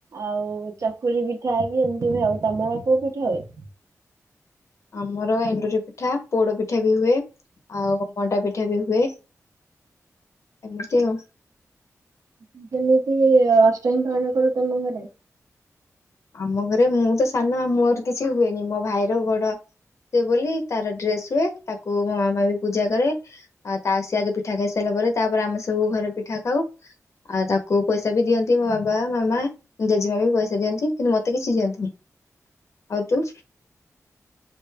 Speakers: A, on the right (about 70°); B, on the left (about 60°).
A: ଆଉ ଚକୁଳି ପିଠା ବି ଏମିତି ହୁଏ। ଆଉ ତମର କୋଉ ପିଠା ହୁଏ। ହ
B: ଆମର ଏଣ୍ଡୁରି ପିଠା ପୋଡ ପିଠା ବି ହୁଏ। ଆଉ ମଣ୍ଡା ପିଠା ବି ହୁଏ। ଏମିତି ଆଉ।
A: ହୁଁ ଯେମିତି ଅଷ୍ଟମୀ ପାଳନ କର ତମ ଘରେ।
B: ଆମ ଘରେ ମୁଁ ତ ସାନ ମୋର କିଛି ହୁଏନି। ମୋ ଭାଇର ବଡ--‌ ସେ ବୋଲି ତାର ଡ୍ରେସ ହୁଏ। ତାକୁ ମୋ ମାମା ବି ପୂଜା କରେ। ଆଉ ତା ସିଏ ଆଗେ ପିଠା ଖାଇସାରିଲା ପରେ ତା ତାପରେ ଆମେ ସବୁ ଘରେ ପିଠା ଖାଉ। ଆଉ ତାକୁ ପଇସା ବି ଦିଅନ୍ତି ମୋ ବାବା ମାମା ଜେଜେମା ବି ପଇସା ଦିଅନ୍ତି । କିନ୍ତୁ ମତେ କିଛି ଦିଅନ୍ତିନି ଆଉ ତୁ।